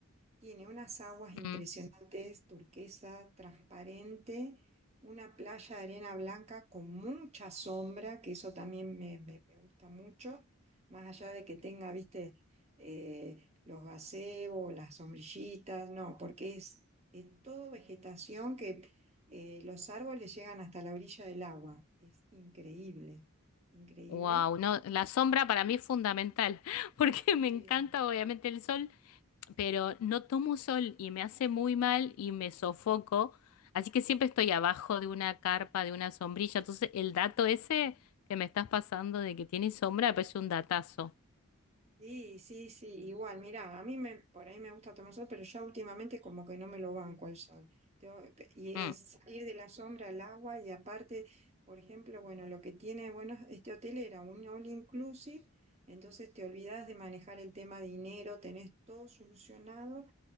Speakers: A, on the right (about 30°); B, on the left (about 75°).
A: Tiene unas aguas impresionantes,
B: mm.
A: turquesa, transparente, una playa de arena blanca con mucha sombra, que eso también me, me- me gusta mucho, más allá de que tenga, viste, eh, los gazebos, las sombrillitas, no, porque es, es todo vegetación que eh, los árboles llegan hasta la orilla del agua. Es increíble, increíble.
B: Wow, no, la sombra para mí es fundamental, <laughs> porque
A: Sí.
B: me encanta obviamente el sol, pero no tomo sol y me hace muy mal y me sofoco, así que siempre estoy abajo de una carpa, de una sombrilla, entonces el dato ese que me estás pasando de que tiene sombra me parece un datazo.
A: Sí, sí, sí, igual, mirá, a mí me, por ahí me gusta tomar sol, pero ya últimamente como que no me lo banco al sol. Tengo- y
B: Mm.
A: es salir de la sombra al agua y aparte, por ejemplo, bueno, lo que tiene, bueno, este hotel era un all inclusive, entonces te olvidas de manejar el tema dinero, tenés todo solucionado.